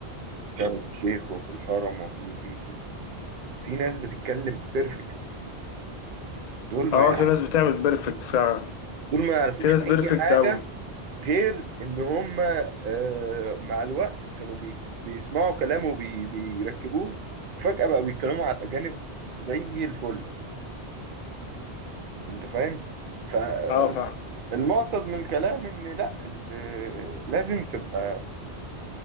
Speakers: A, on the right; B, on the left.
A: في شرم الشيخ وفي الهرم وفي في في في ناس بتتكلم بيرفكت دول ما
B: اه
A: يعرف-
B: في ناس بتعمل بيرفكت فعلا
A: دول ما يعرفوش
B: في ناس
A: اي
B: بيرفكت
A: حاجه
B: قوي
A: غير ان هم آه، مع الوقت كانوا بي- بيسمعوا كلامه وبي- بيركبوه وفجأة بقى بيتكلموا على الأجانب زي الفل انت فاهم فالمقصد
B: اه فاهم
A: من الكلام ان لا ال- لازم تبقى